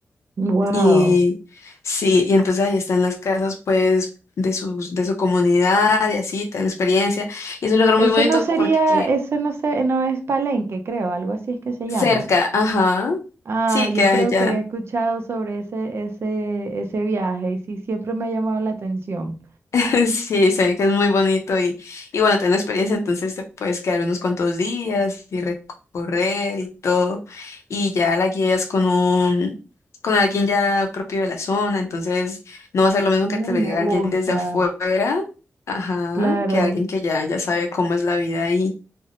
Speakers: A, on the right; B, on the left.
A: Wow.
B: y sí, y entonces ahí están las casas pues de sus- de su comunidad y así, te dan la experiencia. Y es un lugar
A: Ese
B: muy bonito
A: no sería,
B: porque
A: ese no sé, no es Palenque, creo, algo así es que se llama.
B: cerca, ajá,
A: Ah,
B: sí, queda
A: yo creo
B: allá.
A: que he escuchado sobre ese, ese, ese viaje y sí, siempre me ha llamado la atención.
B: <laughs> Sí, se ve que es muy bonito y, y bueno, tengo experiencia, entonces te puedes quedar unos cuantos días y recorrer y todo, y ya la guías con un, con alguien ya propio de la zona, entonces no va a ser lo mismo
A: Uy,
B: que te lo
A: me
B: diga
A: gusta,
B: alguien desde afuera, ajá,
A: claro.
B: que alguien que ya, ya sabe cómo es la vida ahí.